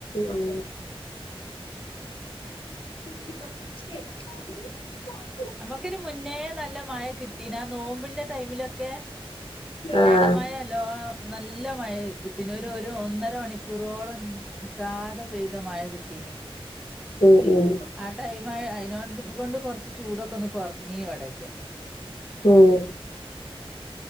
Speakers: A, on the left (about 60°); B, in the centre.
A: ഉം ിത്തഞ്ച് പ <unintelligible>
B: നമുക്കൊരു മുന്നേ നല്ല മഴ പിന്നെ ആ നോമ്പിന്റെ ടൈമിലൊക്കെ
A: ആഹ്
B: എടമഴല്ലോം നല്ല മഴ കിട്ടി ഒന്നര മണിക്കൂർ റോളം നിക്കാത പേതമായ കിട്ടീനി
A: ഉം ഉം
B: ആ ടൈം ആ അതിനോട് കൊണ്ട് കുറച്ച് ചൂടൊക്കെ ഒന്ന് കുറഞ്ഞ ഇവിടക്ക്
A: ഉം